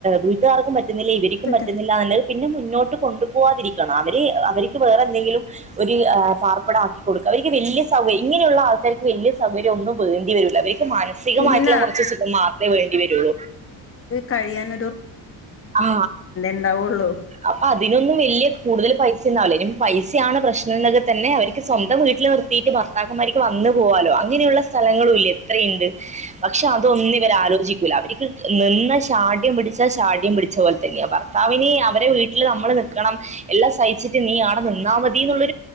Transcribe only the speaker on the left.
പറ്റ
ഇല്ല
കഴിയാന
ഉണ്ടാവുള്ളൂ